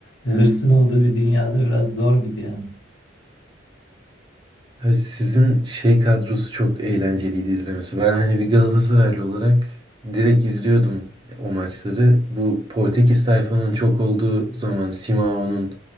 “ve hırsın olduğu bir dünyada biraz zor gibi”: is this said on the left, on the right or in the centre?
Left